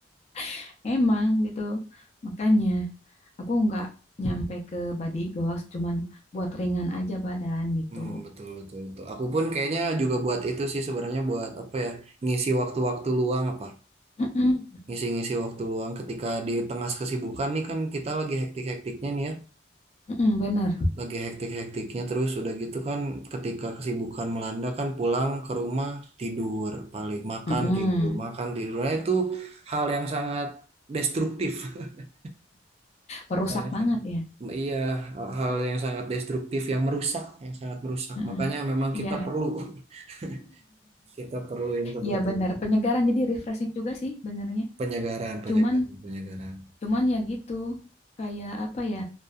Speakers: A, on the left; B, on the right.
A: <laughs> emang gitu. Makanya aku nggak nyampe ke body goals. cuman buat ringan aja badan gitu.
B: Hmm, betul betul betul. Aku pun kayaknya juga buat itu sih sebenarnya buat apa ya ngisi waktu-waktu luang apa
A: Mm-mm,
B: ngisi-ngisi waktu luang ketika di tengah kesibukan nih kan kita lagi hektik-hektiknya nih ya
A: mm-mm, bener.
B: lagi hektik-hektiknya terus udah gitu kan ketika kesibukan melanda kan pulang ke rumah tidur paling makan
A: Mm-mm.
B: tidur makan tidur Nah, itu hal yang sangat destruktif <laughs>
A: Merusak
B: hal yang
A: banget
B: sangat-
A: ya.
B: iya hal yang sangat destruktif yang merusak yang sangat merusak
A: Mm-mm.
B: makanya memang
A: Iya.
B: kita perlu <laughs> kita perlu yang seperti
A: ya benar,
B: itu
A: penyegaran jadi refreshing juga sih benernya.
B: penyegaran penyegaran
A: Cuman
B: penyegaran
A: cuman ya gitu. Kayak apa ya?